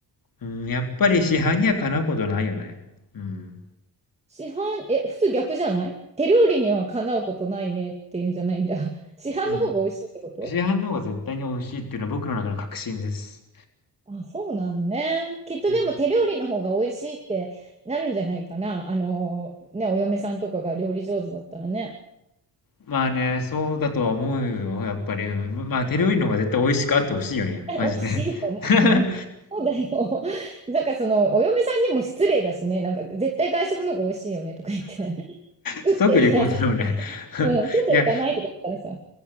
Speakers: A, on the left; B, on the right.
A: う。うん、やっぱり市販にはかなうことないよね。うん。
B: 市販、え、普通逆じゃない手料理にはかなうことないねっていうんじゃないんだ。市販の方が美味しいってこと
A: うん。市販の方が絶対に美味しいっていうのは僕の中の確信です。
B: あ、そうなんね。きっとでも手料理の方が美味しいってなるんじゃないかな。
A: うん。
B: あのね、お嫁さんとかが料理上手だったらね。
A: まあね、そうだとは思うよ、やっぱり。うん。まあ手料理の方が絶対美味しくあってほしいよね。
B: <laughs> 美味しいと思う。
A: マジで。<laughs>
B: そうだよ。なんかその、お嫁さんにも失礼だしね。なんか絶対外食の方が美味しいよねとか言って。<laughs>
A: 即離婚だろうね。
B: 作ってやせ、
A: <laughs>
B: うん、外行かないとか言ったらさ。
A: いや、